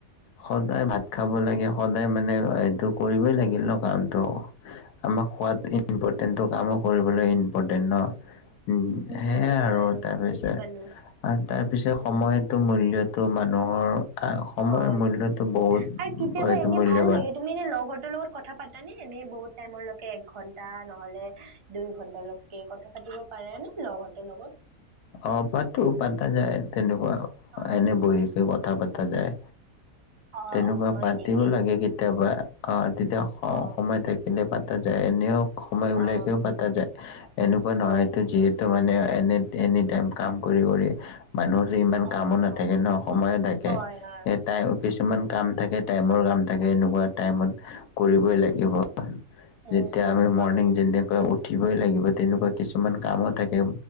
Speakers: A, on the left; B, on the right.
A: সদায় ভাত খাব লাগে, সদায় মানে এইটো কৰিবই লাগিল ন কামটো। আমাৰ খোৱাত ইম্পৰ্টেণ্ট ত, কামো কৰিবলৈ ইম্পৰ্টেন্ট ন! উম, সেই
B: হয়
A: সেয়াই
B: হয়
A: আৰু
B: হয়
A: তাৰ পিছে
B: বুজি পালো
A: আৰু তাৰ পিছে
B: উম
A: সময়তো মূল্যটো মানুহৰ। আহ, সময়ৰ
B: হয়
A: মূল্যটো বহুত,
B: আৰু কেতিয়াবা
A: হয়টো
B: এনে
A: মূল্যৱান।
B: ভাল লাগে তুমি হেই লগৰটোৰ লগত কথা পাতানে? এনেই বহুত টাইমৰলৈকে এক ঘন্টা, নহ'লে দুই ঘন্টালৈকে কথা পাতিব পাৰে নে, লগৰটোৰ লগত?
A: অ, পাতো, পাতা যায়, তেনেকুৱা,
B: অ
A: এনে বহি কথা পতা যায়,
B: অ
A: তেনেকুৱা
B: অ হয়
A: পাতিব
B: নেকি
A: লাগে কেতিয়াবা, আহ, তেতিয়া
B: অ।
A: কিবা থাকিলে পাতা যায়, এনেও সময় উলিয়াইকেও
B: অ
A: পাতা যায়, এনেকুৱা
B: হয়
A: নহয়তটো
B: নেকি
A: যিহে তু মানে এনে এনি টাইম কাম কৰি-কৰি মানুহৰ যে ইমান
B: অ
A: কামো নাথাকে
B: অ
A: ন, সময়ে থাকে।
B: হয় হয়।
A: টাই কিছুমান কাম থাকে, টাইমৰ কাম থাকে, এনেকুৱা টাইমত কৰিবই লাগিব। তেতিয়া
B: উম উম
A: আমি
B: হয়
A: মৰ্ণিং যেনেকৈ উঠি উঠিবই লাগিব, তেনেকুৱা কিছুমান কামো থাকে।